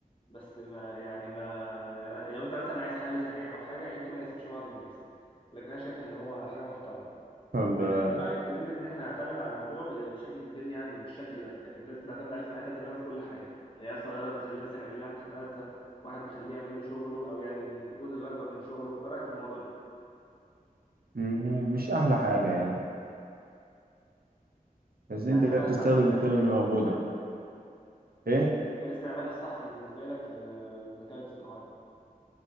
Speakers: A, on the left (about 35°); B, on the right (about 80°).
A: بس ما يعني ما يعني لو أنت مثلا عايز حل سريع أو حاجة يعني يمكن ما يناسبش بعض الناس لكن أنا شايف إن هو حاجة محترمة
B: طب
A: طيب،
B: آه،
A: ايه رايك في نسبه ان احنا نعتمد على الموضوع ب- بشكل كبير يعني بالشكل ده يعني الناس بتعتمد عليه في حياتها تقريبا في كل حاجه العيال صغيره بتخليه مثلا يعمل لها امتحاناتها واحد بيخليه يعمل له شغله او يعني الجزء الاكبر من شغله ايه رايك في الموضوع ده
B: م- مش أحلى حاجة يعني بس
A: يعني
B: انت بتستخدم
A: انا استعمله ازاي
B: التول
A: مثلا
B: اللي
A: استعمل
B: موجودة
A: الصح بالنسبه لك
B: ايه
A: ايه الاستعمال الصح بالنسبه لك للذكاء الاصطناعي